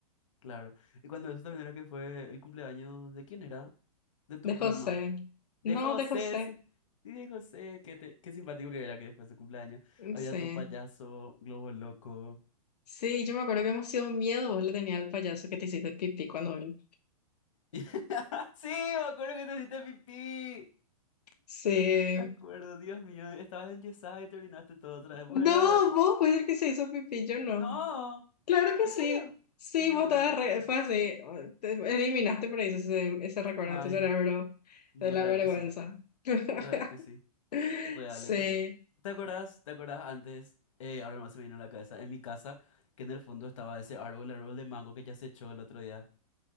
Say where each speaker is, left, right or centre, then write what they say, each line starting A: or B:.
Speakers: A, on the left; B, on the left.
A: claro. Y cuando eso también era que fue el cumpleaños de quién era? De tu
B: De José.
A: prima. De
B: No,
A: José,
B: de José.
A: sí. Sí, de José, qué, te- qué simpático que era que después de su cumpleaños había
B: Sí.
A: tu payaso, globo loco.
B: Sí, yo me acuerdo que emoción miedo vos le tenías al payaso que te hiciste pipí cuando vino.
A: <laughs> Sí, me acuerdo que te hiciste pipí.
B: Sí.
A: Me acuerdo, Dios mío, estabas enyesada y te orinaste todo otra vez. Buenas.
B: No, vos fuiste el que se hizo pipí, yo no.
A: No,
B: Claro que
A: ¿en
B: sí.
A: serio?
B: Sí,
A: No,
B: vos
A: yo
B: estabas
A: no me acuerdo.
B: re, fue así. Te eliminaste por ahí ese, ese recuerdo
A: Ay,
B: de tu cerebro
A: no,
B: de la
A: real
B: vergüenza.
A: que sí,
B: <laughs>
A: real que sí. Real,
B: Sí,
A: en serio. ¿Te acuerdas? ¿Te acuerdas antes? Eh, ahora más se me vino a la cabeza. En mi casa, que en el fondo estaba ese árbol, el árbol de mango que ya se echó el otro día.